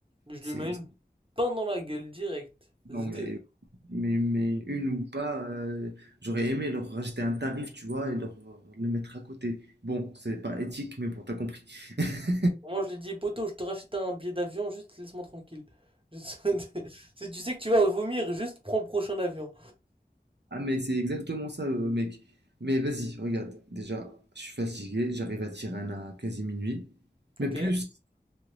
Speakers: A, on the right; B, on the right.
A: Je
B: C'est...
A: lui mets une
B: c'est-
A: pain dans la gueule direct. Zdev.
B: Non, mais, mais, mais une ou pas, euh, j'aurais aimé leur rajouter un tarif, tu vois, et leur euh, le mettre à côté. Bon, c'est pas éthique, mais bon, t'as compris. <laughs>
A: Moi, je lui ai dit, poto, je te rachète un billet d'avion, juste laisse-moi tranquille. Juste- <laughs> Si tu sais que tu vas vomir, juste prends le prochain avion.
B: Ah, mais c'est exactement ça, euh, mec. Mais vas-y, regarde, déjà, je suis fatigué, j'arrive à Tirana à quasi minuit. Mais
A: Ok?
B: plus,